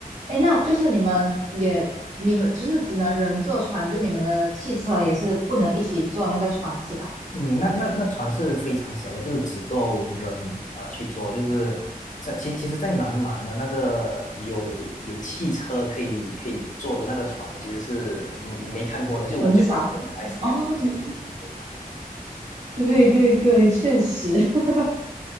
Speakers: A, on the right (about 50°); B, on the left (about 55°).
A: 哎，那就是你们也，你们就是只能人坐船，就你们的汽车也是不能一起坐那个船是吧？
B: 嗯，那那那船是非常小的，就是只够人呃去坐，就是在其其实，在南马呢，那个有有汽车可以可以坐的那个船呢，其实是嗯没看过的，就我觉得整个马来西亚就只有槟城有罢了。
A: 很少。哦，没 <laughs> 对对对，确实。<laughs>